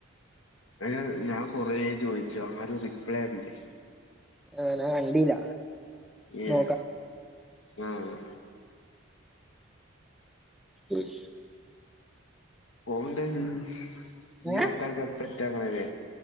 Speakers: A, on the left; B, in the centre.
A: അയിന് ഞാൻ കൊറേ ചോദിച്ചു ആരും റിപ്ലെ തരണ്ടേ.
B: നെ ഞാൻ കണ്ടീല്ല
A: ഏഹ്
B: നോക്കാം
A: ആഹ്
B: ഉം
A: പോകണ്ടനീ. ഇനിം
B: ഏഹ്
A: അടുത്ത ക്കാരെ സെറ്റ് ആക്കണല്ലേ.